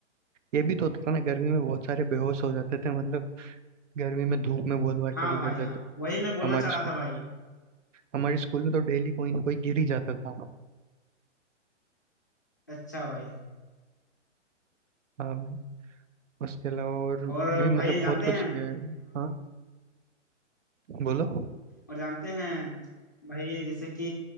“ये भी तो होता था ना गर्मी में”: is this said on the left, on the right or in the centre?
Right